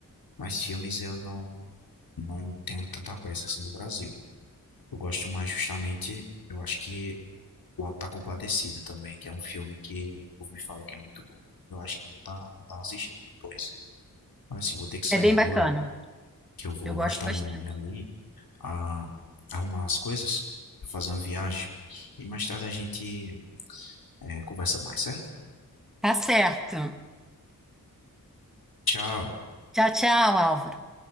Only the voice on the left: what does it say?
Mas filmes eu não, não tenho tanta pressa, assim, do Brasil. Eu gosto mais, justamente, eu acho que o Auto da Compadecida também, que é um filme que o povo me fala que é muito bom. Eu acho que eu vou dar, vou dar uma assistida depois. Mas, assim, eu vou ter que sair
agora,
que eu vou
ajudar
minha mãe ali a arrumar as coisas, fazer uma viagem. E mais tarde a gente é, conversa mais, certo?
Tchau.